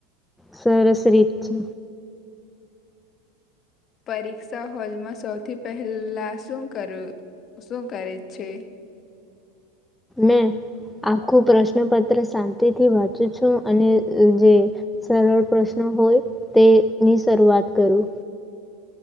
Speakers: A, in the centre; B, on the left.
A: સરસ રીત છે.
B: પરીક્ષા હોલમાં સૌથી પહેલા શું કરું? શું કરે છે
A: મેં આખું પ્રશ્નપત્ર શાંતિથી વાંચું છું અને જે સરળ પ્રશ્ન હોય તે ની શરૂઆત કરું